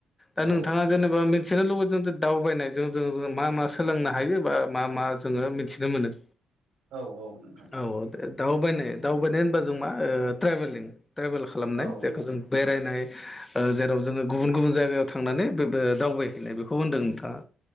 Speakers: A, on the left; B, on the right.
A: दा
B: औ
A: नोंथाङा जेनेबा मिथिनो लुबैदों दावबायनायजों जों मा मा सोलोंनो हायो बा मा मा जोङो मिथिनो मोनो
B: औ नोंथां
A: औ दाउ बायनाय दावबायनाय होनबा जों मा ट्रेभेलिं ट्रेभेल खालामनाय
B: औ
A: जायखौ
B: नोंथां
A: जों बेरायनाय ओ जेराव जोङो गुबुन गुबुन जायगायाव थांनानै बै बे दावबायहैनाय बेखौ होनदों नोंथाङा